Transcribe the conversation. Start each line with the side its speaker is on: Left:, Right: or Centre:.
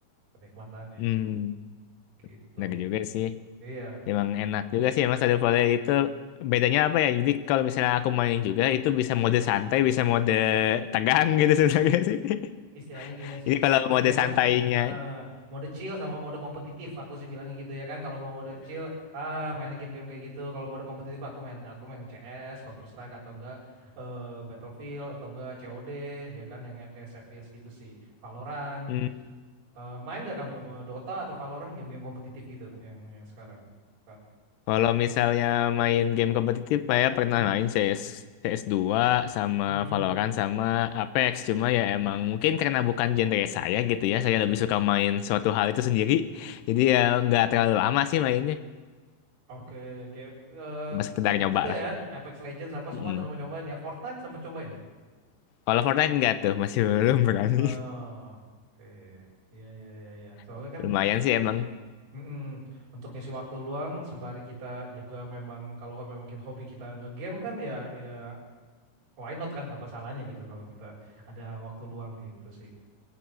Right: kenikmatannya
Left: hmm,
Right: gitu.
Left: benar juga sih
Right: Iya.
Left: emang enak juga sih emang Stardew Valley itu bedanya apa ya jadi kalau misalnya aku main juga itu bisa mode santai bisa mode tegang gitu sebenarnya sih <laughs>
Right: Istilahnya gini sih,
Left: ini
Right: kalau
Left: kalau
Right: menurut
Left: mode
Right: gamers,
Left: santainya
Right: eh, mode chill sama mode kompetitif, aku sih bilangnya gitu ya kan. Kalau mau mode chill, ah, mainnya game-game kayak gitu. Kalau mode kompetitif, aku main aku main CS, Counter Strike atau enggak eh, Battlefield atau enggak COD ya kan, yang FPS FPS gitu sih. Valorant,
Left: mm <laughs>
Right: Eh, main nggak kamu eh, Dota atau Valorant game-game kompetitif gitu yang yang sekarang? Kak.
Left: Kalau misalnya main game kompetitif, saya pernah
Right: Hmm,
Left: main CS, CS2 sama
Right: hmm,
Left: Valorant
Right: oke.
Left: sama Apex. Cuma ya emang mungkin karena bukan genre saya gitu ya, saya lebih
Right: Hmm,
Left: suka main suatu hal itu sendiri. Jadi ya nggak terlalu lama sih mainnya,
Right: Oke, game eh,
Left: cuma sekedar
Right: sempet
Left: nyoba
Right: juga
Left: lah.
Right: ya Apex Legends apa semua
Left: Mm-mm.
Right: coba cobain ya Fortnite sempat cobain.
Left: Kalau Fortnite nggak tuh, masih belum berani.
Right: Oh, oke. Iya, iya, iya, iya. Soalnya
Left: <laughs>
Right: kan
Left: Lumayan sih emang.
Right: mm-mm, untuk ngisi waktu luang sembari kita juga memang kalau memang kita hobi kita ngegame kan ya ya why not kan? Apa salahnya gitu kalau kita ada waktu luang gitu sih.